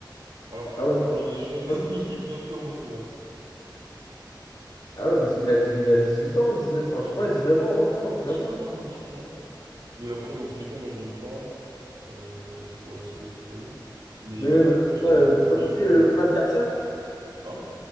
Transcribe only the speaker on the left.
Ah
ouais, non.
Ah
ouais, parce qu'il a, dit- il a 18 ans, 19 enfin, je sais pas, 19 ans, 20 ans, un truc comme
ça.
Mais
même, euh,
ouais,
euh, tu
vois qui c'est
euh,
Fran
Garcia,